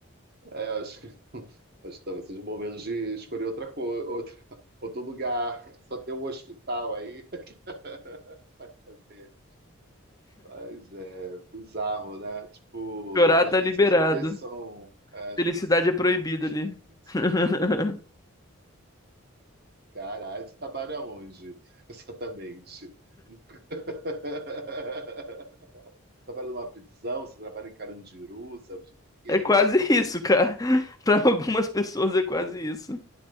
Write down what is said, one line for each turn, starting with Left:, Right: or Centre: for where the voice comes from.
Right: É, eu acho que, <laughs> acho que talvez seja o momento de escolher outra coisa, outra, <laughs> outro lugar. Só tem um hospital aí. <laughs> Vai fazer. Mas é bizarro, né? Tipo,
Left: Chorar
Right: não, às
Left: tá
Right: vezes
Left: liberado.
Right: as coisas são, é, as
Left: Felicidade
Right: coisas são
Left: é proibido
Right: realmente
Left: ali.
Right: difíceis.
Left: <laughs>
Right: É. Caralho, você trabalha onde exatamente? <laughs> Trabalha numa prisão, você trabalha em Carandiru, sabe? Tipo, Que
Left: É
Right: isso,
Left: quase
Right: gente?
Left: isso, cara. <laughs> Pra algumas pessoas é quase isso.